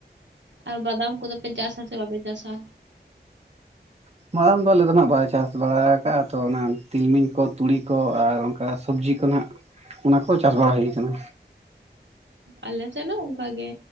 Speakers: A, on the right (about 80°); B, on the right (about 35°).
A: ᱟᱨ ᱵᱟᱫᱟᱢ ᱠᱚᱫᱚ ᱯᱮ ᱪᱟᱥᱟ ᱥᱮ ᱵᱟᱯᱮ ᱪᱟᱥᱟ
B: <inaudible> ᱫᱚ ᱟᱞᱮ ᱫᱚ ᱦᱟᱜ ᱵᱟᱞᱟᱭ ᱪᱟᱥ ᱵᱟᱲᱟ ᱟᱠᱟᱫᱟᱼᱟ ᱛᱚ ᱚᱱᱟ ᱛᱤᱞᱢᱤᱧ ᱠᱚ ᱛᱩᱲᱤ ᱠᱚ ᱟᱨ ᱚᱱᱠᱟ ᱥᱚᱵᱽᱡᱤ ᱠᱚ ᱚᱱᱟ ᱠᱚ ᱪᱟᱥ ᱵᱟᱲᱟ ᱦᱩᱭ ᱟᱠᱟᱱᱟ
A: ᱟᱞᱮ ᱥᱮᱱᱚ ᱚᱱᱠᱟᱜ ᱜᱮ